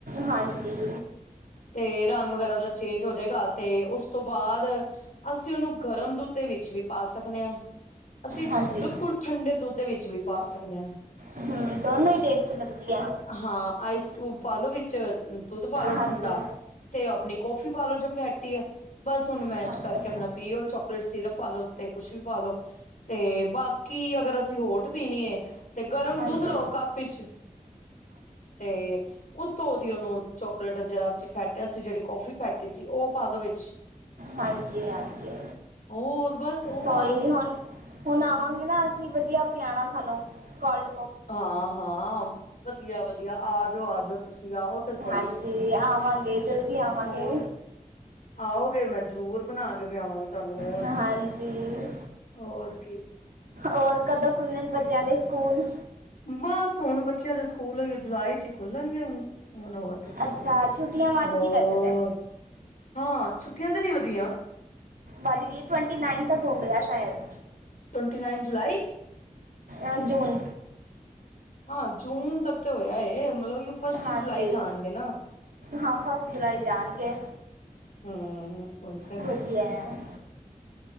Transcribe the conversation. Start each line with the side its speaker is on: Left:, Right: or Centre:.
Right: ਹਾਂਜੀ।
Left: ਤੇ ਰੰਗ ਵਗੈਰਾ ਦਾ ਚੇਂਜ ਹੋ ਜਾਏਗਾ ਤੇ ਉਸ ਤੋਂ ਬਾਅਦ ਅਸੀਂ ਉਹਨੂੰ ਗਰਮ ਦੁੱਧ ਦੇ ਵਿੱਚ ਵੀ ਪਾ ਸਕਨੇ ਆਂ, ਅਸੀਂ
Right: ਹਾਂਜੀ
Left: ਬਿਲਕੁਲ ਠੰਡੇ ਦੁੱਧ ਦੇ ਵਿੱਚ ਵੀ ਪਾ ਸਕਨੇ ਆਂ।
Right: ਹਮ ਦੋਨੋ ਈ ਟੇਸਟ ਲੱਗਦੀ ਐ।
Left: ਹਾਂ ਆਈਸ ਕਿਊਬ ਪਾਲੋ ਵਿੱਚ ਦੁੱਧ ਪਾਲੋ
Right: ਹਾਂਜੀ
Left: ਠੰਡਾ ਤੇ ਆਪਣੀ ਕੋਫੀ ਪਾਲੋ ਜੋ ਫੈਟੀ ਐ, ਬਸ ਉਹਨੂੰ ਮੈਂ
Right: ਹਾਂਜੀ
Left: ਕਰਕੇ
Right: ਹਾਂਜੀ
Left: ਆਪਣਾ ਪੀਓ, ਚੋਕਲੇਟ ਸਿਰਪ ਪਾਲੋ ਉੱਤੇ, ਕੁਛ ਵੀ ਪਾਲੋ ਤੇ ਬਾਕੀ ਅਗਰ ਅਸੀਂ ਹੋਟ ਪੀਣੀ ਏ ਤੇ ਗਰਮ
Right: ਹਾਂਜੀ
Left: ਦੁੱਧ ਲਓ ਕੱਪ ਇਚ ਤੇ ਉੱਤੋਂ ਦੀ ਉਹਨੂੰ ਚੋਕਲੇਟ ਜਿਹੜਾ ਅੱਸੀ ਫੈਟਿਆ ਸੀ, ਜਿਹੜੀ ਕੋਫੀ ਫੈਟੀ ਸੀ ਉਹ ਪਾਦੋ ਵਿੱਚ।
Right: ਹਾਂਜੀ-ਹਾਂਜੀ।
Left: ਹੋਰ ਬਸ ਉਹ
Right: ਕੋਈ
Left: ਪਾਲੋ
Right: ਨੀ ਹੁਣ, ਹੁਣ ਆਵਾਂਗੇ ਨਾ ਅਸੀਂ, ਵਧੀਆ ਪਿਆਣਾ ਸਾਨੂੰ। ਕੌਲਡ
Left: ਹਾਂ-ਹਾਂ, ਵਧੀਆ-ਵਧੀਆ। ਆ ਜੋ ਆਜੋ। ਤੁਸੀਂ ਆਓ ਤਾਂ ਸਈ।
Right: ਹਾਂਜੀ ਆਵਾਂਗੇ ਜਲਦੀ ਆਵਾਂਗੇ
Left: ਹੋਰ, ਆਓਗੇ ਮੈਂ ਜ਼ਰੂਰ ਬਣਾ ਕੇ ਪਿਆਵਾਂਗੀ ਤੁਹਾਨੂੰ, ਹੋਰ,
Right: ਹਾਂਜੀ
Left: ਹੋਰ ਕੀ।
Right: ਔਰ ਕਦੋਂ ਖੁੱਲਣ ਬੱਚਿਆਂ ਦੇ ਸਕੂਲ?
Left: ਬਸ ਹੁਣ ਬੱਚਿਆਂ ਦੇ ਸਕੂਲ ਓਇਓ ਜੁਲਾਈ ਚ ਈ ਖੁੱਲਣਗੇ ਹੁਣ। ਹੁਨ ਹੋਰ ਕਿੱਥੇ
Right: ਅੱਛਾ
Left: ਖੁਲਦੇ,
Right: ਛੁੱਟੀਆਂ ਵੱਧ
Left: ਹੋਰ
Right: ਗਈ ਵੈਸੇ ਤਾਂ
Left: ਹਾਂ। ਛੁੱਟੀਆਂ ਤੇ ਨੀ ਵਧੀਆਂ।
Right: ਵਦਗੀ, ਟਵੰਟੀ-ਨਾਈਨ ਤੱਕ ਹੋ ਗਿਆ ਸ਼ਾਇਦ।
Left: Twenty nine July?
Right: ਅ ਜੂਨ।
Left: ਹਾਂ ਜੂਨ ਤੱਕ ਤੇ ਹੋਇਆ ਏ। ਮਤਲਬ ਫਸਟ
Right: ਹਾਂਜੀ।
Left: ਜੁਲਾਈ ਜਾਣਗੇ ਨਾ
Right: ਹਾਂ, ਫਸਟ ਜੁਲਾਈ ਜਾਣਗੇ।
Left: ਹੂੰ, ਉਹੀ ਤੇ।
Right: ਵਧੀਆ ਹੈ